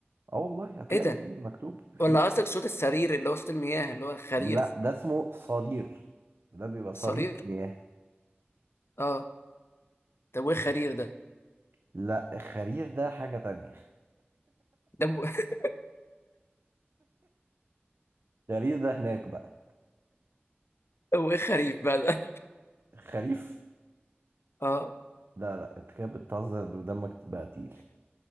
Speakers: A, on the right (about 60°); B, on the left (about 75°).
A: اه والله هتلاقي
B: ايه ده
A: فيه مكتوب فيه
B: ولا قصدك صوت السرير اللي هو صوت المياه اللي هو خرير
A: لا ده اسمه صرير ده بيبقى صرير
B: صرير
A: المياه
B: اه طب وايه خرير ده
A: لا الخريف ده حاجة تانية
B: ده ب... <laughs>
A: <laughs> الخريف ده هناك بقى
B: طب وايه خريف بقى ده
A: الخريف
B: <laughs> اه
A: لا لا انت كده بتهزر ودمك بقى تقيل